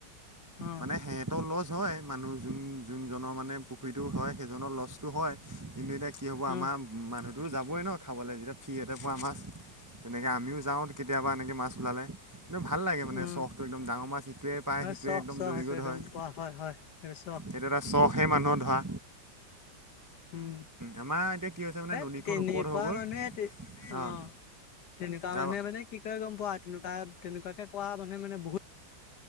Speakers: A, on the left (about 65°); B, on the right (about 20°).
A: উম অ
B: মানে হেহেত তেওঁৰ লছ হয় মানুহ যোন- যোনজনৰ মানে পুখুৰীটো হয় সেইজনৰ লছটো হয় কিন্তু এতিয়া কি হ'ব আমাৰ
A: অ
B: মানুহটো যাবই ন' খাবলে যেতিয়া ফ্ৰী এতে পোৱা মাছ তেনেকে আমিও যাওঁ কেতিয়াবা এনেকে মাছ ওলালে। <unintelligible> ভাল লাগে মানে
A: অ
B: চফটো একদম ডাঙৰ মাছ ইিটোৱে পায়
A: হয়
B: সিটোৱে
A: চখ
B: একদম
A: চখ
B: দহি
A: সেইটো
B: গুড
A: একদম
B: হয়।
A: পোৱা হয় হয় ৰিচ।
B: সেইটো এটা চখহে মানুহৰ ধৰা।
A: উম,
B: আমাৰ এতিয়া কি হৈছে মানে
A: এ
B: নদীখন
A: তেনেুৱা
B: ওপৰত হৈ গ'ল
A: মানুহে
B: অঁ
A: অ, তেনেকুৱা
B: তাৰ
A: মানুহে মানে কি কয় গম পোৱা তেনেকুৱা-তেনেকুৱাকে কোৱা মানুহে মানে বহুত